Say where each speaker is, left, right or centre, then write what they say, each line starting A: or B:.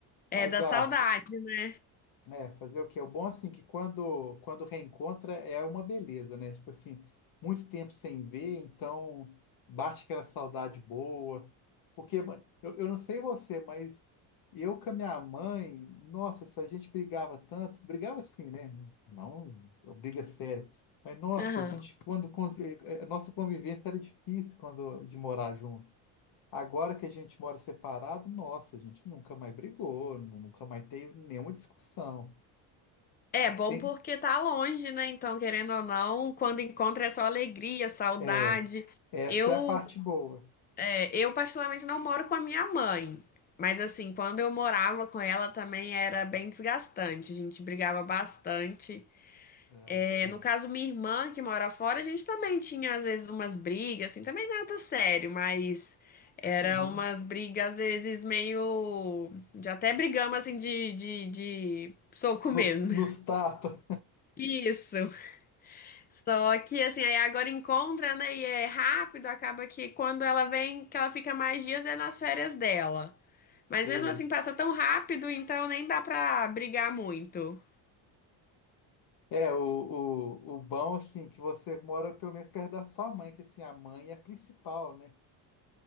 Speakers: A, on the left; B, on the left.
A: É
B: Mas
A: da
B: ah,
A: saudade, né?
B: é, fazer o quê? O bom, assim, que quando, quando reencontra é uma beleza, né? Tipo assim, muito tempo sem ver, então bate aquela saudade boa. Porque ma- eu, eu não sei você, mas eu com a minha mãe, nossa, se a gente brigava tanto, brigava assim, né? Não, briga séria. Mas, nossa,
A: Aham.
B: a gente, quando, quando, eh, eh, a nossa convivência era difícil quando de morar junto. Agora que a gente mora separado, nossa, a gente nunca mais brigou, nu- nunca mais teve nenhuma discussão.
A: É bom
B: Tem-
A: porque tá longe, né? Então, querendo ou não, quando encontra é só alegria, saudade.
B: é, essa
A: Eu,
B: é a parte boa.
A: é, eu particularmente não moro com a minha mãe, mas assim, quando eu morava com ela também era bem desgastante. A gente brigava bastante.
B: É,
A: É,
B: assim.
A: no caso, minha irmã que mora fora, a gente também tinha às vezes umas brigas, assim, também nada sério, mas era
B: Uhum.
A: umas brigas às vezes meio, já até brigamos assim de, de, de soco
B: Nos,
A: mesmo.
B: nos tapa.
A: <laughs> Isso. Só que assim, aí agora encontra, né? E é rápido, acaba que quando ela vem, que ela fica mais dias é nas férias dela.
B: <laughs> Sei.
A: Mas mesmo assim passa tão rápido, então nem dá pra brigar muito.
B: É, o, o, o bom, assim, que você mora pelo menos perto da sua mãe, que assim, a mãe é a principal, né?